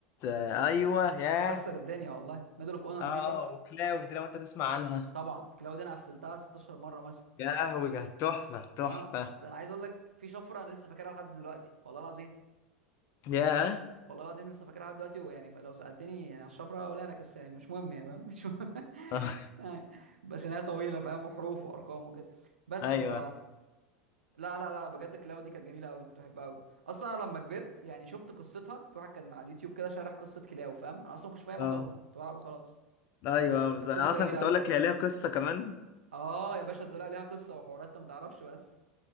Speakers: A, on the left (about 45°); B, on the right (about 80°).
A: ايوه ياه
B: كسر الدنيا والله ميدل اوف اونر
A: اه
B: دي تحفة
A: وكلاو دي لو انت تسمع عنها
B: طبعا لو دي انا قفلتها 16 مرة مثلا
A: يا لهوي كانت تحفه تحفه
B: اه ده انا عايز اقول لك في شفرة انا لسه فاكرها لحد دلوقتي والله العظيم
A: ياه
B: والله العظيم لسه فاكرها لحد دلوقتي ويعني فلو سالتني يعني على الشفره هقولها لك بس يعني مش مهم يعني فاهم مش مهم. <laughs>
A: <laughs> آه،
B: يعني بس إن هي طويله فاهم وحروف وارقام وكده بس
A: ايوه
B: ف لا لا لا بجد كلاو دي كانت جميله قوي انا كنت بحبها قوي اصلا انا لما كبرت يعني شفت قصتها في واحد كان على اليوتيوب كده شارح قصه كلاو فاهم انا اصلا ما كنتش فاهمها
A: اه
B: طبعا كنت بلعبه خلاص
A: ايوه
B: بس ف- كانت
A: بز- انا
B: قصه
A: اصلا
B: جميله
A: كنت
B: قوي
A: اقول لك هي ليها قصه كمان
B: اه يا باشا طلع ليها قصه وحوارات انت ما تعرفش بس